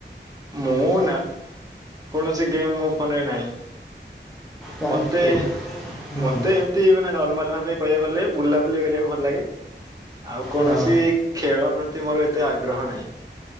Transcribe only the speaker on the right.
ମୁଁ ନା କୌଣସି ଗେମ୍ ମୋ ଫୋନରେ ନାହିଁ।
ମତେ ମତେ
ଏମାତି ନର୍ମାଲ୍ ଭାବେ କହିବାକୁ ଗଲେ ବୁଲାବୁଲି କରିବାକୁ ଭଲ ଲାଗେ ଆଉ କୌଣସି
ଖେଳ ପ୍ରତି ମୋର ଏତେ ଆଗ୍ରହ ନାହିଁ।